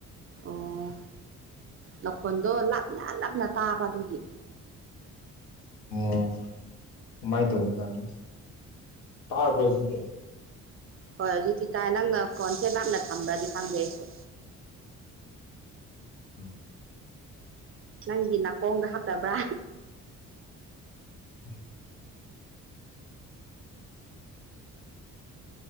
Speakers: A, on the right; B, on the left.
A: ꯑꯣ ꯅꯈꯣꯟꯗꯣ ꯂꯥꯞꯅ ꯂꯥꯞꯅ ꯇꯥꯕ ꯑꯗꯨꯒꯤ
B: ꯑꯣ ꯀꯃꯥꯏꯅ ꯇꯧꯕ ꯖꯥꯠꯅꯦ ꯇꯥꯔꯕꯣ ꯍꯧꯖꯤꯛꯇꯤ
A: ꯍꯣꯏ ꯑꯗꯨꯗꯤ ꯇꯥꯏ ꯅꯪꯅ ꯐꯣꯟꯁꯦ ꯂꯥꯞꯅ ꯊꯝꯕ꯭ꯔꯗꯤ ꯈꯪꯗꯩ ꯑꯩꯁꯨ
B: ꯑꯧ
A: ꯅꯪꯒꯤ ꯅꯥꯀꯣꯡꯗ ꯍꯥꯠꯇꯕ꯭ꯔꯥ
B: <inaudible>